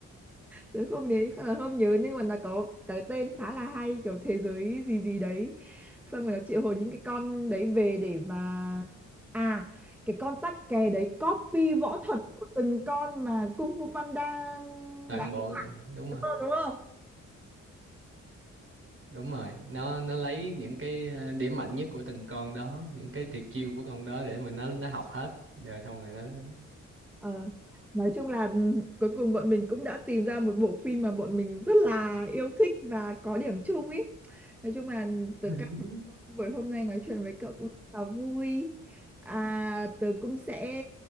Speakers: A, in the centre; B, on the right (about 40°).
A: tớ không nhớ là không nhớ nhưng mà nó có cái tên khá là hay kiểu thế giới gì gì đấy xong rồi nó triệu hồi những cái con đấy về để mà à cái con tắc kè đấy copy võ thuật của từng con mà Kung Fu Panda
B: toàn
A: đã
B: bộ
A: đúng
B: ờ, đúng rồi
A: không đúng không?
B: đúng rồi nó nó lấy những cái ờ, điểm mạnh nhất của từng con đó những cái tuyệt chiêu của con đó để mà nó nó học hết rồi xong rồi nó đánh
A: Ờ, nói chung là ừm, cuối cùng bọn mình cũng đã tìm ra một bộ phim mà bọn mình rất là yêu thích và có điểm chung ý. Nói chung là tớ
B: <laughs>
A: cảm thấy buổi hôm nay nói chuyện với cậu cũng rất là vui. À, tớ cũng sẽ